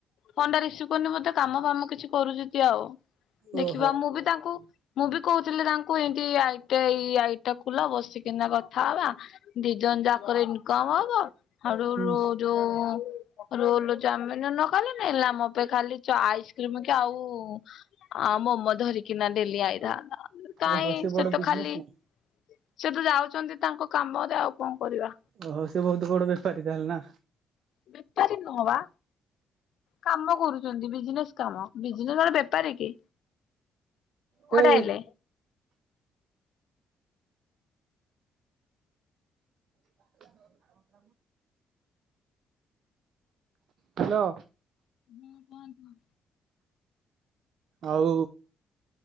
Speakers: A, on the left (about 70°); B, on the right (about 65°).
A: ଫୋନ୍ ଟା ରିସିଭ୍ କରୁନି ବୋଧେ କାମ ଫାମ କିଛି କରୁଛନ୍ତି ଆଉ
B: ଓହୋ
A: ଦେଖିବା ମୁଁ ବି ତାଙ୍କୁ ମୁଁ ବି କହୁଥିଲି ତାଙ୍କୁ ଏମତି ଆଇଟା ଏଇ ଆଇଟା ଖୋଲ ବସିକିନା କଥା ହବା ଦି ଜଣ ଯାକ ମୋର ଇନକମ୍ ହବ ହେଇଠୁ
B: ହୁଁ
A: ଯୋ ରୋଲ ଚାଉମିନ ନ ଖାଇଲେ ନାଇଁ ମୋ ପାଇଁ ଖାଲି ଚାଉ ଆଇସ୍କ୍ରିମ କି ଆଉ ଆଁ ମୋମ ଧରିକି। ଡେଲି ଆଇଥାନ୍ତା କାହିଁ
B: ଓହୋ ବଡ
A: ସେ ତ
B: ବିଜନେସ
A: ଖାଲି
B: ମ୍ୟାନ
A: ସେ ତ ଯାଉଛନ୍ତି ତାଙ୍କ କାମ ଦେ ଆଉ କଣ କରିବା।
B: ଓହୋ ସେ ବହୁତ ବଡ ବେପାରୀ ତାହେଲେ ନା?
A: ବେପାରୀ ନୂହଁବା। କାମ କରୁଛନ୍ତି ବିଜନେସ କାମ ବିଜନେସେ ବେପାରୀ କି?
B: ସେଇ।
A: କୁଆଡେ ଆଇଲେ?
B: ହ। ହ୍ୟାଲୋ।
A: ହୁଁ କହନ୍ତୁ।
B: ଆଉ।